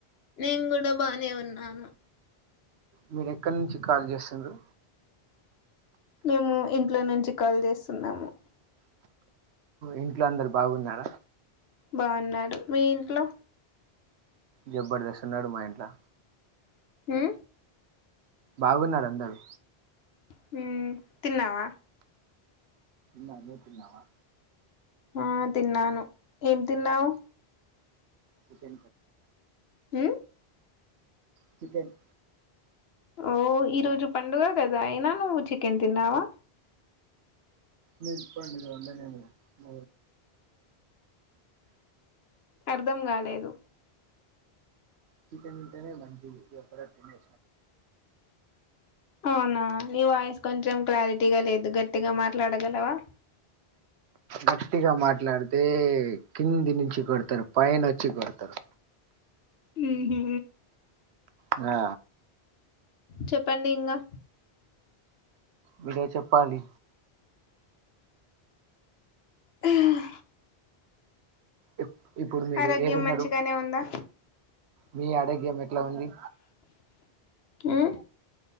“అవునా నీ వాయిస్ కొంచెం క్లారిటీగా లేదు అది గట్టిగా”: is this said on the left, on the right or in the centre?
Left